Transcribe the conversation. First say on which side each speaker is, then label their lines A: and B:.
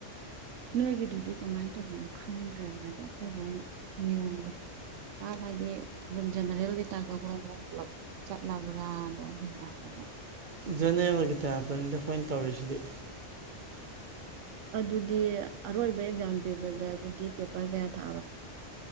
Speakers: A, on the right; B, on the right.
A: ꯅꯣꯏꯒꯤꯗꯨꯗꯤ ꯀꯃꯥꯏꯅ ꯇꯧꯕꯅꯣ ꯈꯪꯗ꯭ꯔꯦꯅ ꯍꯥꯏꯗꯤ ꯑꯩꯈꯣꯏꯕ ꯅꯤꯌꯣꯝꯗꯣ ꯑ ꯍꯥꯏꯗꯤ ꯑꯗꯨꯝ ꯖꯦꯅꯦꯔꯦꯜꯒꯤ ꯇꯥꯏꯇ ꯒ꯭ꯔꯣꯡ ꯒ꯭ꯔꯣꯡ ꯄꯨꯂꯞ ꯆꯠꯂꯕ꯭ꯔꯥꯗꯣꯗ꯭ꯔꯦꯕ
B: ꯖꯦꯅꯦꯔꯦꯜꯒꯤ ꯇꯇꯅꯤꯗ ꯑꯩꯣꯏꯅ ꯇꯧꯔꯤꯁꯤꯗꯤ
A: ꯑꯗꯨꯗꯤ ꯑꯔꯣꯏꯕ ꯑꯦꯛꯖꯥꯝ ꯄꯤꯕꯗ ꯑꯗꯨꯗꯤ ꯄꯦꯄꯔ ꯀꯌꯥ ꯊꯥꯕ